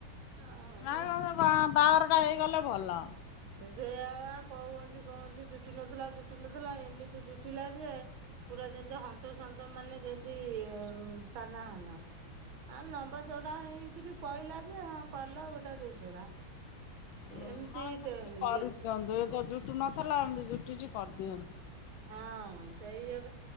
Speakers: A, on the right; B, on the left.
A: ଆଉ
B: ନାଇ ମ ସେ ବା-ବାହାଘର ଟା ହେଇଗଲେ ଭଲ।
A: ସେଇଆ ବା କହୁହନ୍ତି ।କହନ୍ତି ଜୁଟୁ ନଥିଲା, ଜୁଟୁ ନଥିଲା, ଏମିତି ଜୁଟିଲା ଯେ ପୁରା ଯେମିତି ହନ୍ତସନ୍ତ ।ମାନେ ଯେମତି ତାନା ହୋନା। ହଁ ଲମ୍ବା ଚଉଡା ହେଇକିରି ପଇଲା ଯେ, ହଁ କଲ ଗୋଟେ ଦୋସରା।
B: ହୁଁ
A: ଏମିତି
B: କରିଦିଅନ୍ତୁ।
A: ଇଏ
B: ଏ ତ ଜୁଟୁ ନଥିଲା, ଏମତି ଜୁଟିଛି କରିଦିଅନ୍ତୁ।
A: ହଁ ସେଇଆ।